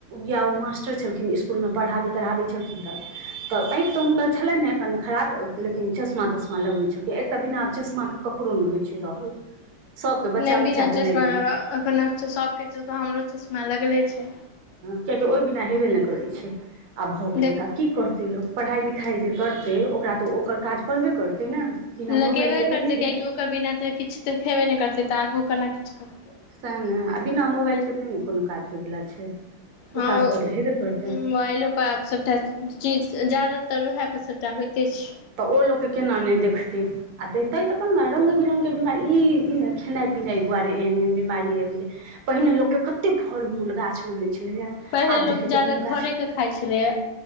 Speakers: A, on the right (about 65°); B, on the left (about 85°).
A: या ओ मास्टर छलखिन स्कुलमे पढ़ाबैत तढ़ाबै छलखिन तऽ तऽ आँखि तऽ हुनकर छलनि हे कनि खराब लेकिन चश्मा तश्मा लगबै छ एक तऽ बिनाब चश्माके कपड़ो नहि होइ छै रहल सभके
B: नहि
A: बच्चा
B: बिना
A: बच्चाके
B: चश्मा
A: लागि गेलै
B: एखनो सभके चश्मा हमरो चश्मा लगले छै
A: कियाकि ओहि बिना हेबे नहि करै छै आब भऽ गेललेय
B: देख
A: तऽ आब की करु लोक पढ़ाइ लिखाइ जे करतै ओकरा तऽ ओकर काज करबे करतै ने बिना
B: लगेबे
A: मोबाइलके
B: करतै
A: तऽ नहि हेतै
B: कियकि ओकर बिना तऽ किछु देखेबे नहि करतै तऽ आगू केना किछु करतै
A: सएह ने आ बिना मोबाइलके नहि ने कोनो काज होयवला छै ओ
B: हँ
A: काज तऽ हेबे करतै
B: मोबाइलो पर आब सभटा चीज जादा तऽ वएह पर सभटा होइते छै
A: तऽ ओ लोकके केना नहि देखतै आ तेते तऽ कोन रंग बिरंग के बिमार ई ई नहि खेनाइ पीना दुआरे एहन एहन बीमारी आबि गेले पहिने लोक के कते फल मूल गाछ मे होय
B: पहिले
A: आब
B: लोक
A: देखियौ
B: ज्यादा
A: तऽ कोनो
B: घरेके
A: गाछ
B: खाइ छलैए